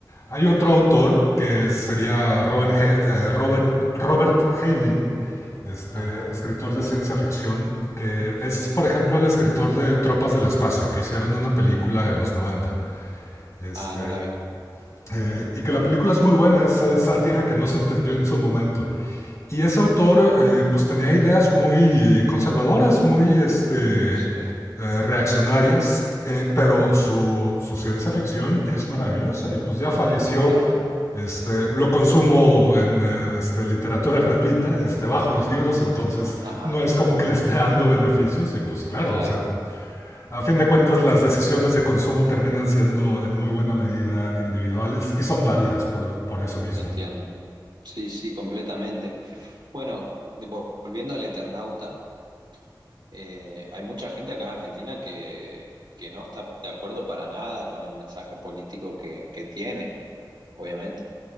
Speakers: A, on the left; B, on the right.
A: Hay
B: entiendo.
A: otro autor que sería Robert, Hei- eh, Robert, Robert Heinlein, este,
B: Ajá.
A: escritor de ciencia ficción, que es, por ejemplo, el escritor de Tropas del Espacio, que hicieron una película en los noventa, Este,
B: Ah, no la vi.
A: eh, y que la película es muy buena, es eh, sátira que no se entendió en su momento. Y ese autor eh, pues tenía ideas muy conservadoras, muy este,
B: Sí,
A: eh, reaccionarias, eh, pero su, su ciencia ficción es maravillosa y pues ya falleció.
B: claro.
A: Este, lo consumo en eh, este, literatura gratuita, este, bajo los libros, entonces
B: Ajá,
A: no es como que le esté dando beneficios y pues claro,
B: claro,
A: o sea, a fin de cuentas las decisiones de consumo terminan siendo en muy buena medida individuales y son válidas por, por eso mismo.
B: entiendo. Sí, sí, completamente. Bueno, de- volviendo al Eternauta, eh, hay mucha gente acá en Argentina que, que no está de acuerdo para nada con el mensaje político que, que tiene, obviamente.